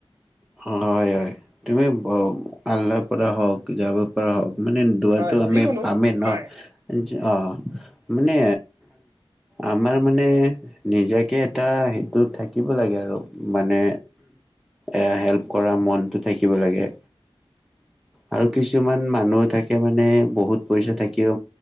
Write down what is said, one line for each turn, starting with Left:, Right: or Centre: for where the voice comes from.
Centre: হয় হয়, তুমি আল্লাৰ পৰা হওক, যাবৰ পৰা হওক। মানে দুৱা
Right: হয়
Centre: টো আমি
Right: যিকোনো
Centre: পামেই ন।
Right: হয়
Centre: অ', মানে, আমাৰ মানে নিজাকে এটা। হেৰিটো থাকিব লাগে আৰু মানে। এ, হেল্প কৰা মনটো থাকিব লাগে। আৰু কিছুমান মানুহ থাকে মানে, বহুত পইচা থাকিও।